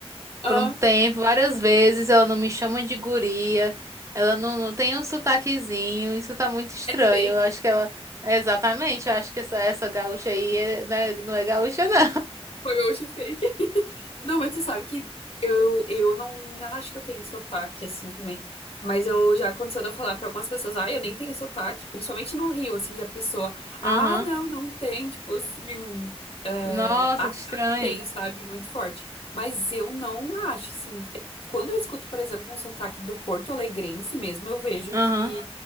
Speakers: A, on the left; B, on the right.
A: ah,
B: por um tempo, várias vezes, ela não me chama de guria, ela não, não tem um sotaquezinho, isso tá muito estranho.
A: é fake.
B: Eu acho que ela. Exatamente, eu acho que essa, essa gaúcha aí é- não é, não é gaúcha, não.
A: Foi meu último fake. <laughs> Não, mas você sabe que eu, eu não acho que eu tenho sotaque assim também. Mas eu já aconteceu de eu falar pra algumas pessoas, ah, eu nem tenho sotaque, principalmente no Rio, assim, e a pessoa,
B: <laughs>
A: ah,
B: Aham.
A: não, não tem, tipo assim, é,
B: Nossa,
A: achar
B: que estranho.
A: que tenho, sabe, muito forte. Mas eu não acho, assim. é- Quando eu escuto, por exemplo, um sotaque do Porto Alegrense mesmo, eu vejo
B: Aham.
A: que